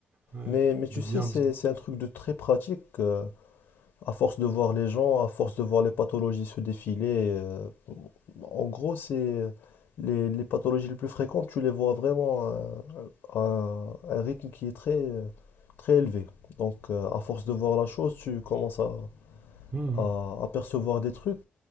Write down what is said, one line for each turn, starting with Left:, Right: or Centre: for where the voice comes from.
Right: Ouais,
Left: Mais, mais tu
Right: de
Left: sais,
Right: bien.
Left: c'est,
Right: d-
Left: c'est un truc de très pratique. euh, à force de voir les gens, à force de voir les pathologies se défiler, euh, En gros, c'est euh, les, les pathologies les plus fréquentes, tu les vois vraiment euh, à un rythme qui est très, euh, très élevé. Donc, euh, à force de voir la chose, tu commences à,
Right: Mhm.
Left: à apercevoir des trucs